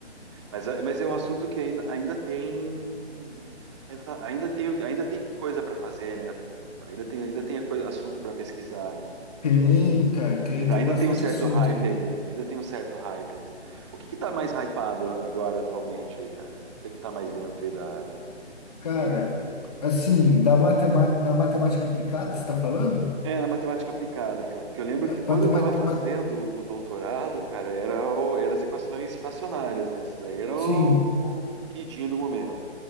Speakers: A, on the right; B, on the left.
A: Mas, é- mas é um assunto que ainda, ainda tem, ainda, tá- ainda tem, ainda tem coisa para fazer, né? Ainda tem, ainda tem a coisa- assunto para pesquisar, né?
B: Tem, cara, tem,
A: Ainda
B: tem
A: ainda
B: bastante
A: tem um certo
B: assunto
A: hype
B: ainda.
A: ainda, ainda tem um certo hype, né? O que que tá mais hypado agora atualmente aí, cara? Você que tá mais dentro aí da...
B: Cara,
A: Porque
B: assim, da matemática, na matemática aplicada, você está falando?
A: é na matemática aplicada, cara, que eu lembro
B: Na
A: que quando
B: matema-
A: eu tava fazendo
B: ma-
A: o doutorado, cara, era o- eram as equações fracionárias, né? Essas aí era o,
B: Sim,
A: o queridinho do momento.